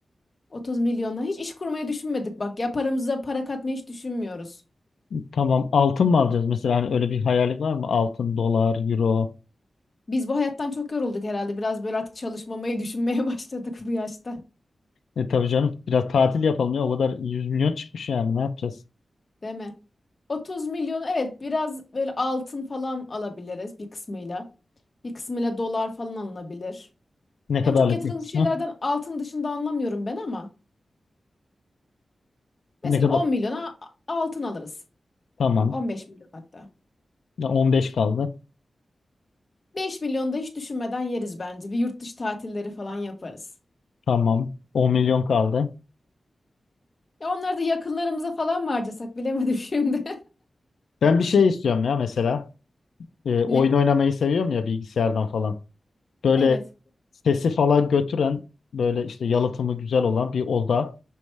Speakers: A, on the left; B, on the left.
A: 30 milyonla hiç iş kurmayı düşünmedik bak ya paramıza para katmayı hiç düşünmüyoruz.
B: Tamam, altın mı alacağız? Mesela hani öyle bir hayallik var mı? Altın, dolar, euro.
A: Biz bu hayattan çok yorulduk herhalde biraz böyle artık çalışmamayı düşünmeye <laughs> başladık bu yaşta
B: E tabii canım biraz tatil yapalım ya. O kadar 100 milyon çıkmış yani ne yapacağız?
A: değil mi? 30 milyon evet biraz böyle altın falan alabiliriz bir kısmıyla. Bir kısmıyla dolar falan alınabilir.
B: Ne
A: Yani
B: kadarlık
A: çok yatırılmış
B: bir kısmı?
A: şeylerden altın dışında anlamıyorum ben ama mesela
B: Ne kadar?
A: 10 milyona a- altın alırız.
B: Tamam.
A: 15 milyon hatta.
B: Ya 15 kaldı.
A: 5 milyon da hiç düşünmeden yeriz bence. Bir yurt dışı tatilleri falan yaparız.
B: Tamam. 10 milyon kaldı.
A: Ya onları da yakınlarımıza falan mı harcasak bilemedim <laughs> şimdi.
B: Ben bir şey istiyorum ya mesela. E, oyun
A: Ne?
B: oynamayı seviyorum ya bilgisayardan falan. Böyle
A: Evet.
B: sesi falan götüren, böyle işte yalıtımı güzel olan bir oda.